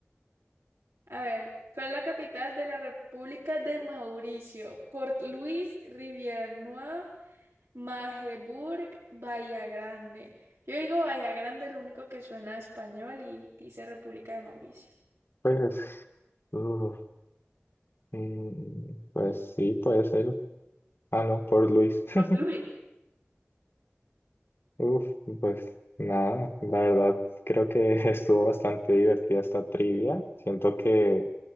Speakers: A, on the right; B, on the left.
A: A ver, ¿cuál es la capital de la República de Mauricio? Port Louis, Rivière-Noire, Magdeburgo, Bahía Grande. Yo digo Bahía Grande, lo único que suena a español y dice República de Mauricio.
B: Pues, uh, mm, pues sí, puede ser. Ah, no, por Luis. <laughs>
A: Port Louis
B: Uf, pues nada, la verdad creo que <laughs> estuvo bastante divertida esta trivia. Siento que